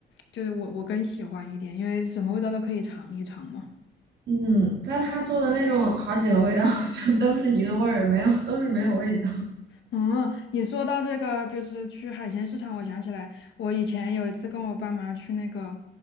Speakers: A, on the left (about 70°); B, on the right (about 60°).
A: 就是我我更喜欢一点，因为什么味道都可以尝一尝嘛。
B: 嗯，但他做的那种好几个味道好像都是一个味儿，没有，都是没有味道。
A: 嗯，你说到这个，就是去海鲜市场，我想起来，我以前有一次跟我爸妈去那个，